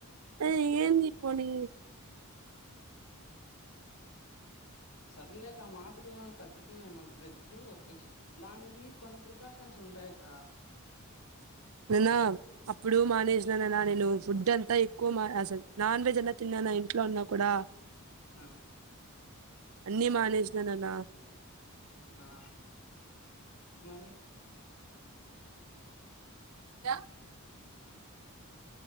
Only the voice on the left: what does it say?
సర్లే అక్క ఆ మాత్రలకి తగ్గుతుందేమో చూడక దానికి కొన్ని ప్రికాషన్స్ ఉంటాయి అక్క
ఆ
ఆ మరి